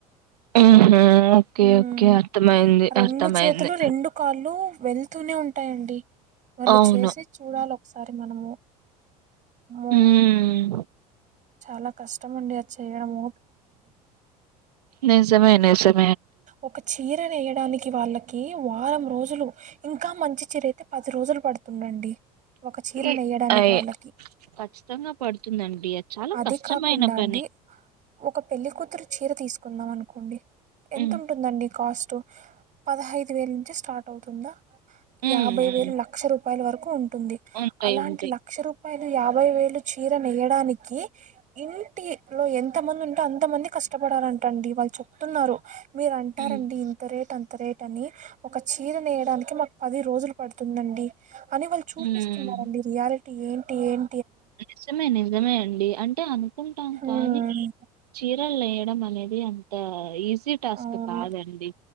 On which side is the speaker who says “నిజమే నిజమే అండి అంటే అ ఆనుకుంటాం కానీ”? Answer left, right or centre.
Right